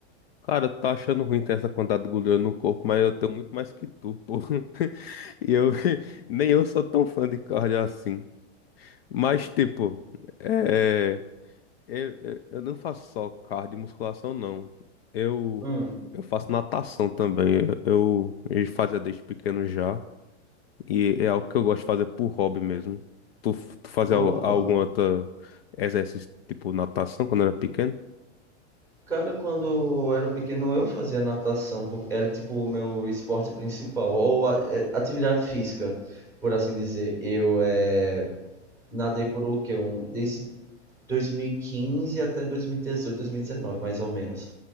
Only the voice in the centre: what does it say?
Hum,
boa,
mano.
Cara, quando eu era pequeno eu fazia natação, por- era tipo o meu esporte principal, ou a- é, atividade física, por assim dizer. Eu é, nadei por o quê? Um, desde 2015 até 2018, 2019, mais ou menos.